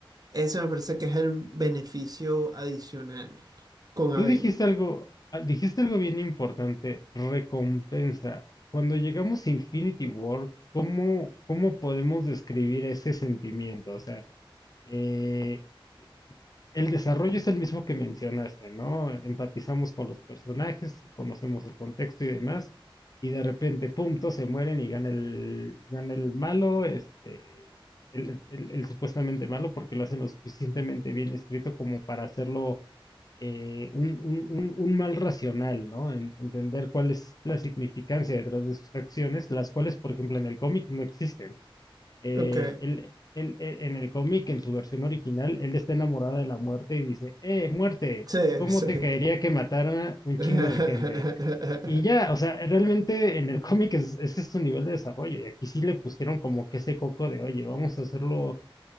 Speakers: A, on the right (about 45°); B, on the left (about 45°).
A: eso me parece que es el beneficio adicional con Avengers.
B: Tú dijiste algo, ah, dijiste algo bien importante, recompensa. Cuando llegamos a Infinity War, ¿cómo, cómo podemos describir ese sentimiento? O sea, eh, El desarrollo es el mismo que mencionaste, ¿no? Empatizamos con los personajes, conocemos el contexto y demás, y de repente, pum, todos se mueren y gana el, gana el malo, este, el, el- el supuestamente malo, porque lo hace lo suficientemente bien escrito como para hacerlo eh, un, un- un- un mal racional, ¿no? En- entender cuál es la significancia detrás de sus acciones, las cuales, por ejemplo, en el cómic no existen eh,
A: Ok,
B: él, él- él- en el cómic, en su versión original, él está enamorado de la muerte y dice, eh, muerte,
A: sí,
B: ¿cómo
A: sí.
B: te caería que matara un
A: <laughs>
B: chingo de gente? Y ya, o sea, realmente en el cómic es, ese es su nivel de desarrollo y aquí sí le pusieron como que ese coco de, oye, vamos a hacerlo